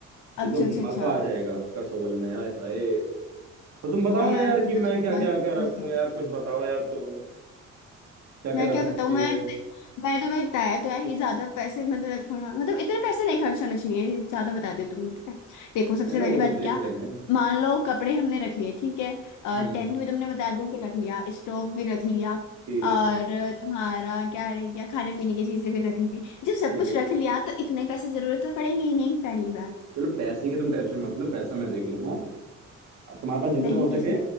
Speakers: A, on the left; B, on the right.
A: अच्छा
B: एकदम
A: अच्छा अच्छा
B: मजा आ जाएगा कसोल में आए हाय तो तुम बताओ
A: हाँ यार
B: ना यार
A: मतलब
B: कि मैं
A: तो जगह
B: क्या क्या
A: ही
B: क्या रखूं
A: मस्त
B: यार कुछ बताओ यार तो क्या क्या
A: मैं क्या
B: रखना
A: बताऊँ
B: चाहिए
A: मैं मैंने तो भाई बताया तो है ये ज्यादा पैसे मतलब रखना मतलब इतने पैसे नहीं खर्च होने चाहिए ये ज्यादा बता दियो तुमने पता है। देखो सबसे
B: चलो
A: पहली
B: वो तो
A: बात
B: देख
A: क्या
B: लेंगे
A: मान लो कपड़े हमने रख लिए ठीक है अ,
B: हम्म
A: टेंट भी तुमने बता दिया कि रख लिया स्टोव भी रख लिया
B: ठीक
A: और
B: है
A: तुम्हारा क्या रह गया खाने पीने की चीजें भी रख ली जब सब
B: ठीक
A: कुछ
B: है
A: रख लिया तो इतने पैसे जरूरत तो पड़ेंगे ही नहीं पहली बात
B: चलो पैसे की तुम टेंशन मत लो पैसा मैं देख लूंगा तुम्हारे पास जितना
A: नहीं
B: हो सके
A: कैसे